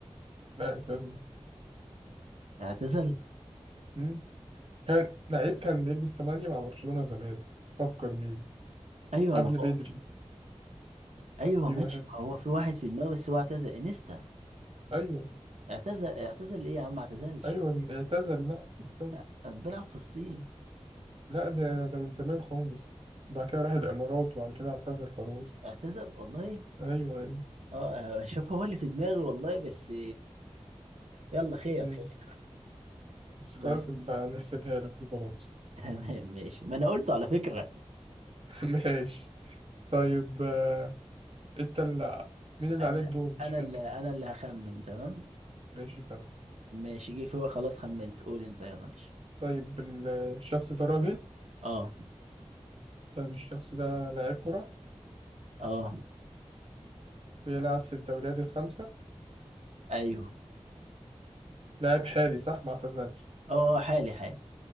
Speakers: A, on the right; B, on the right.
A: لا اعتزل
B: اعتزل
A: مم. كان لعيب كان بيلبس 8 مع برشلونة زمان فكر مين
B: ايوه
A: قبل
B: ما
A: بدري
B: هو ايوه
A: في
B: ماشي
A: واحد
B: ما هو في واحد في دماغي بس هو اعتزل انيستا
A: ايوه
B: اعتزل اعتزل ايه يا عم ما اعتزلش
A: ايوه اعتزل لا اعتزل
B: لا بيلعب في الصين
A: لا ده ده من زمان خالص بعد كده راح الامارات وبعد كده اعتزل خلاص
B: اعتزل والله
A: ايوه ايوه
B: اه شوف هو اللي في دماغي والله بس يلا خير
A: مم.
B: خير
A: بس خلاص
B: طيب
A: انت نحسبها لك وخلاص
B: <laughs> تمام ماشي ما انا قلت على فكرة
A: <laughs> ماشي طيب آه، انت اللي مين اللي
B: انا
A: عليه الدور مش
B: انا
A: فاكر
B: اللي انا اللي هخمن تمام
A: ماشي فاهم
B: ماشي جه فوق خلاص خمنت قول انت يلا ماشي
A: طيب ال- الشخص ده راجل
B: اه
A: طيب الشخص ده لاعب كرة
B: اه
A: بيلعب في الدوريات الخمسة
B: ايوه
A: لاعب حالي صح ما اعتزلش
B: اه آه، حالي حالي